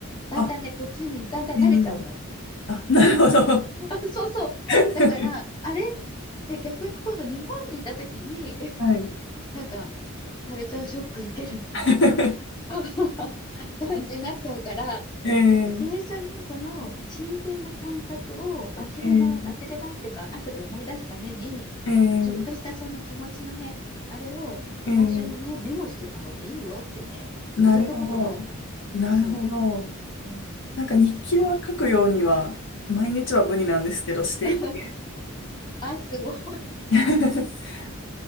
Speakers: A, on the left; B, on the left.
A: だんだんね、
B: あ、
A: こっちにだんだん慣れちゃうの。
B: ええあ、なるほど。
A: <laughs> あそうそう。
B: <laughs>
A: だから、あれって逆に今度日本にいた時に、<laughs>
B: はい。
A: なんか、カルチャーショック受けるみたいな
B: <laughs>
A: <laughs> 感じになっちゃうから、
B: ええ
A: なんか最初にその新鮮な感覚を忘れない、
B: ええ
A: 忘れないっていうか、後で思い出すために、
B: ええ
A: ちょっとしたその気持ちの変、あれを最初にね、
B: ええ
A: メモしてた方がいいよってね、言われたことがあったの。
B: なるほど。なるほど。
A: そう。うん。
B: なんか日記は書くようには、
A: それ、
B: 毎日は無理なんですけど、していて。
A: <laughs> あ、すごい。
B: <laughs>